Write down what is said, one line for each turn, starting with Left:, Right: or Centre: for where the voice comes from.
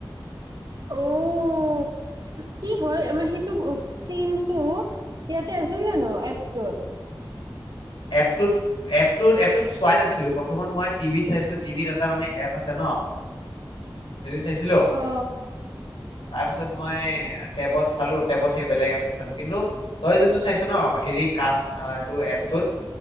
Right: অও কি হয় আমাৰ সেইটো চমটো ইয়াতে আছিল জানো এপটোত।
Left: এপটোত এপটোত এপটোত চোৱাই নাছিলো। প্ৰথমত মই টিভিত চাইছিলো টিভিত এটা মানে এপ আছে। ন হেৰি চাইছিলো।
Right: অ
Left: তাৰ পিছত মই টেবত চালো টেবত সেই বেলেগ এপটোত চালো কিন্তু তই যোনটো চাইছ ন হেৰি কাচ এইটো এপটোত।